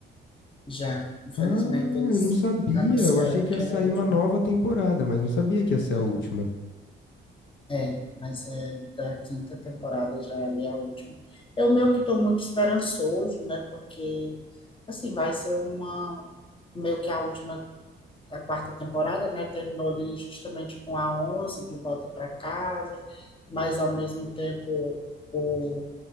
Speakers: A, on the left (about 25°); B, on the left (about 65°).
A: Já, infelizmente,
B: Ah,
A: eles
B: eu não sabia.
A: anunciaram
B: Eu achei que
A: que
B: ia sair
A: é a última.
B: uma nova temporada, mas não sabia que ia ser a última.
A: É, mas é da quinta temporada já ali a última. Eu meio que estou muito esperançoso, né? Porque, assim, vai ser uma... Meio que a última, a quarta temporada, né? Terminou ali justamente com a onze de volta para casa. Mas, ao mesmo tempo, o,